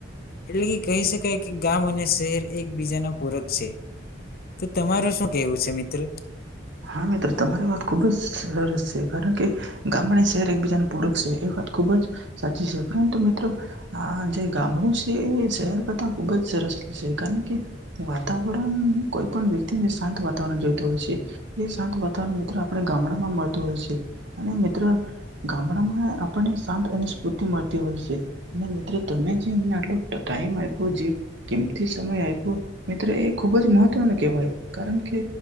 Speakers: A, on the left (about 50°); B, on the right (about 65°).
A: એટલે કે કહી શકાય કે ગામ અને શહેર એકબીજા ના પૂરક છે તો તમારું શું કેવું છે મિત્ર
B: હા મિત્રો તમારી વાત ખૂબ જ સરસ છે કારણ કે ગામડા શહેર એકબીજાને પૂરક છે એ વાત ખુબ જ સાચી છે પરંતુ મિત્રો આ જે ગામડું છે એ શહેર કરતા ખુબ જ સરસ છે કારણ કે વાતાવરણ કોઈ પણ વ્યક્તિને શાંત વાતાવરણ જોતો હોય છે એ શાંત અટવરણ મિત્ર આપણે ગામડામાં મળતું હોય છે અને મિત્ર ગામડામાં આપણને શાંત અને સ્ફૂર્તિ મળતી હોય છે અને મિત્ર તમે જેમને આટલો ટાઈમ આઇપો જે કિંમતી સમય આઈપો મિત્ર એ ખૂબજ મહત્વનું કહેવાય, કારણકે